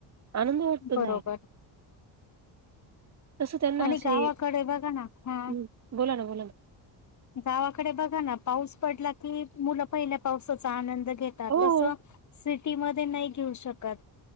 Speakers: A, on the right; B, on the left.
A: आनंद वाटत जायला.
B: बरोबर
A: तस त्यांना
B: आणि
A: असे
B: गावाकडे बघा ना हा
A: बोला ना बोला ना.
B: गावाकडे बघा ना पाऊस पडला की मुलं पहिल्या पावसाचा आनंद घेतात
A: हो
B: तस सिटी मध्ये नाही घेऊ शकत.